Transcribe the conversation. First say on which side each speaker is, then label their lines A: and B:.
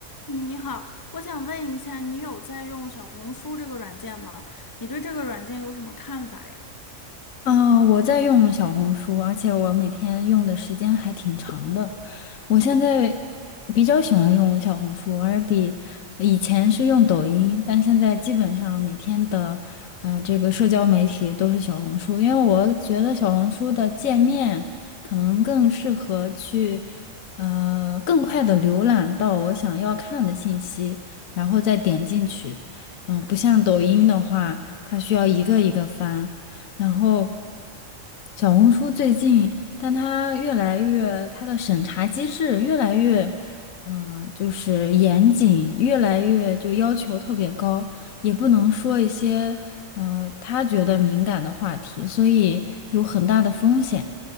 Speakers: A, on the left; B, on the left.
A: 嗯，你好，我想问一下，你有在用小红书这个软件吗？你对这个软件有什么看法呀？
B: 嗯，我在用小红书，而且我每天用的时间还挺长的。我现在比较喜欢用小红书，而比以前是用抖音，但现在基本上每天的呃这个社交媒体都是小红书，因为我觉得小红书的界面可能更适合去呃更快的浏览到我想要看的信息，然后再点进去。嗯，不像抖音的话，它需要一个一个翻，然后。小红书最近，但它越来越，它的审查机制越来越，嗯，就是严谨，越来越就要求特别高，也不能说一些，嗯，他觉得敏感的话题，所以有很大的风险。